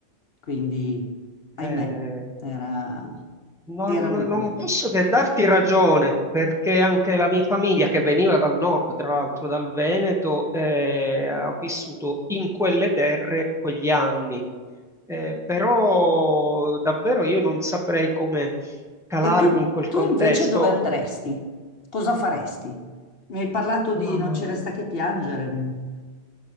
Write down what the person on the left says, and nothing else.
Quindi, ahimè,
era,
era
molto.
E tu,
tu
invece dove andresti? Cosa faresti? Mi hai parlato
di Non
ci resta
che piangere. mi-